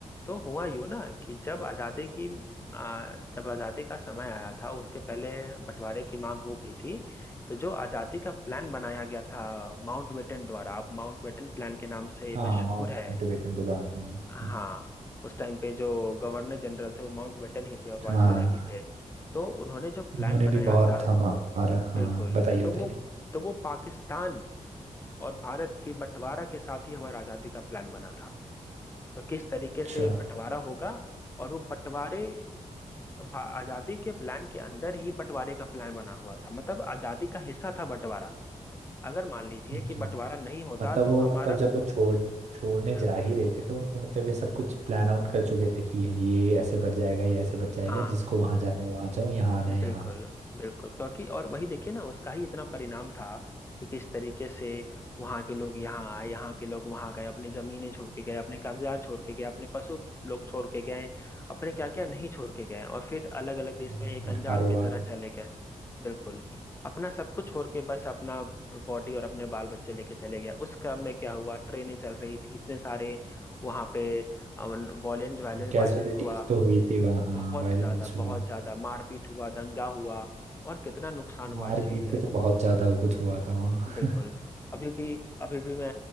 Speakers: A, on the left; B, on the right.
A: तो हुआ यूं ना कि जब आजादी की आ, जब आजादी का समय आया था उसके पहले बंटवारे की मांग हो गई थी तो जो आजादी का प्लान बनाया गया था माउंटबेटन द्वारा आप माउंटबेटन प्लान के नाम से
B: हाँ
A: मशहूर
B: हाँ माउंट
A: है
B: बेटन को जानता हूँ
A: हाँ उस टाइम पे जो गवर्नर जनरल थे वो माउंटबेटन ही थे और वायसराय
B: हाँ हाँ
A: भी थे तो उन्होंने जो प्लान
B: इन्होंने
A: बनाया
B: भी बहुत
A: था
B: हमारा
A: बिल्कुल
B: हाँ बताइए
A: तो
B: बताइए
A: वो तो वो पाकिस्तान और भारत की बंटवारा के साथ ही हमारा आजादी का प्लान बना था तो किस तरीके से
B: अच्छा
A: बंटवारा होगा और वो बंटवारे भा- आजादी के प्लान के अंदर ही बंटवारे का प्लान बना हुआ था मतलब आजादी का हिस्सा था बंटवारा अगर मान लीजिए
B: अच्छा
A: कि बंटवारा नहीं होता
B: मतलब
A: तो
B: वो
A: हमारा
B: मतलब जब वो छोड़ छोड़ने
A: बिल्कुल
B: जा ही रहे थे तो उनने मतलब ये सब कुछ प्लान आउट कर चुके थे कि ये ये ऐसे बढ़ जाएगा ये ऐसे बढ़ जाएगा
A: हाँ
B: जिसको वहां जाना है वहां जाओ यहाँ आना
A: बिल्कुल
B: है यहाँ आओ।
A: बिल्कुल क्योंकि और वही देखिए ना उसका ही इतना परिणाम था कि किस तरीके से वहां के लोग यहाँ आए यहाँ के लोग वहां गए अपनी जमीनें छोड़ के गए अपने कागजात छोड़ के गए अपने पशु लोग छोड़ के गए अपने क्या क्या नहीं छोड़ के गए और फिर अलग अलग
B: हम्म,
A: देश में एक
B: यार
A: अनजान
B: कारोबार
A: की तरह चले गए बिल्कुल अपना सब कुछ छोड़ के बस अपना बॉडी और अपने बाल बच्चे लेके चले गए उस क्रम में क्या हुआ ट्रेनें चल रही थी इतने सारे वहां पे वायलेंस वायलेंस
B: कैजुअलिटीज
A: वायलेंस हुआ
B: तो हुई थी वहाँ हाँ
A: बहुत
B: वायलेंस
A: ज्यादा
B: हुआ
A: बहुत ज्यादा मारपीट हुआ दंगा हुआ और कितना नुकसान हुआ
B: मारपीट
A: इस चीज से
B: से तो बहुत ज्यादा वो कुछ हुआ था वहाँ
A: बिल्कुल
B: <laughs>
A: अभी भी अभी भी मैं